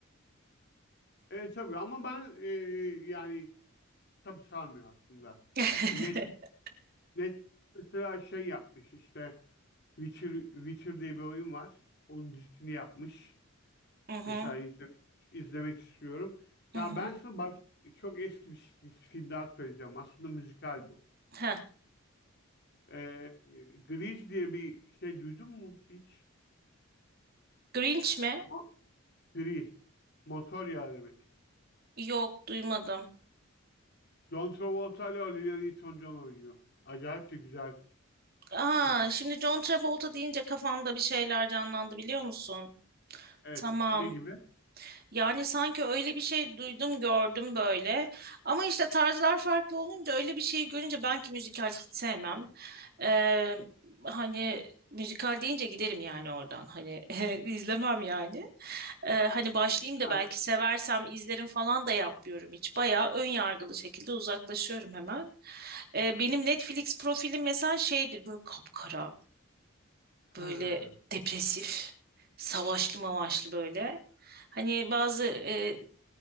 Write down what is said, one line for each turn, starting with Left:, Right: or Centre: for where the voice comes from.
Left: Evet tabii ama ben e, yani Tabii sarmıyor aslında.
Right: <laughs>
Left: Net net mesela şey yapmış işte Witcher Witcher diye bir oyun var. Onun dizisini yapmış.
Right: Hı hı.
Left: Mesela izlemek izlemek istiyorum.
Right: Hı
Left: Ya
Right: hı.
Left: ben sana baş, çok eski bir si- film daha söyleyeceğim. Aslında müzikal bu.
Right: Heh.
Left: Ee, Grease diye bir şey duydun mu hiç?
Right: Grinch mi?
Left: Mo Grease. Motor yağı demek.
Right: Yok, duymadım.
Left: John Travolta ile Olivia Newton-John oynuyor. Acayip de güzel
Right: Aa,
Left: bir.
Right: şimdi John Travolta deyince kafamda bir şeyler canlandı biliyor musun?
Left: Evet.
Right: Tamam.
Left: Ne gibi?
Right: Yani sanki öyle bir şey duydum gördüm böyle. Ama işte tarzlar farklı olunca öyle bir şeyi görünce ben ki müzikal hiç sevmem. Ee, hani müzikal deyince giderim yani oradan. Hani <laughs> izlemem yani. Ee, hani başlayayım
Left: Ha,
Right: da belki seversem izlerim falan da yapmıyorum hiç. Bayağı ön yargılı şekilde uzaklaşıyorum hemen. Ee, benim Netflix profilim mesela şeydir böyle kapkara böyle
Left: ha.
Right: depresif, savaşlı mavaşlı böyle. Hani bazı e,